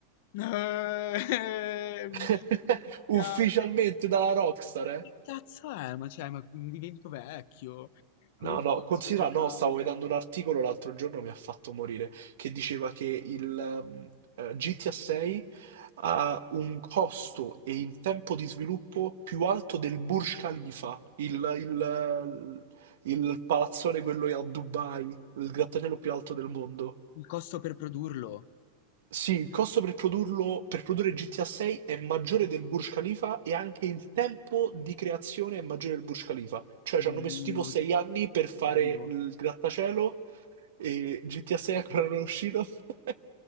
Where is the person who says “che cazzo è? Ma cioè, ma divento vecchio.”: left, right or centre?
Left